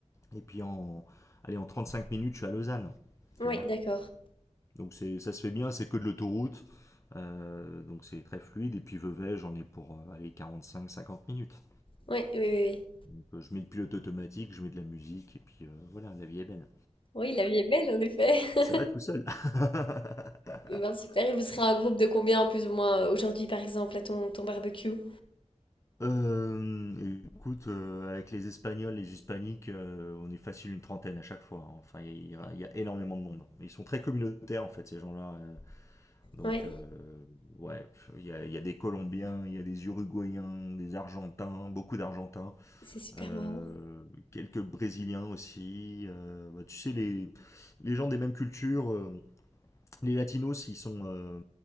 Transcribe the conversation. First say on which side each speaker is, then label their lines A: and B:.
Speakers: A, on the left (about 25°); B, on the left (about 45°).
A: Et puis, en, allez, en trente cinq minutes, je suis à Lausanne.
B: Oui,
A: Tu vois.
B: d'accord.
A: Donc, c'est, ça se fait bien, c'est que de l'autoroute. Euh, donc, c'est très fluide. Et puis, Vevey, j'en ai pour, euh, allez, 45 cinquante minutes.
B: Ouais, oui, oui, oui.
A: Donc, euh, je mets le pilote automatique, je mets de la musique. Et puis, euh, voilà, la vie est belle.
B: Oui, la vie est belle, en effet. <laughs>
A: Ça va tout seul. <laughs>
B: Eh ben, super. Et vous serez un groupe de combien, plus ou moins, euh, aujourd'hui, par exemple, à ton, ton barbecue?
A: Euh, écoute, euh, avec les Espagnols, les Hispaniques, euh, on est facile une trentaine à chaque fois. hein. Enfin, il y, a il y a énormément de monde. hein. Ils sont très communautaires, en fait, ces gens-là. euh. Donc,
B: Ouais,
A: euh, ouais, pff, il y a, il y a des Colombiens, il y a des Uruguayens, des Argentins, beaucoup d'Argentins,
B: c'est super
A: euh,
B: marrant.
A: quelques Brésiliens aussi. euh, bah, tu sais, les, les gens des mêmes cultures, euh, les Latinos, ils sont, euh,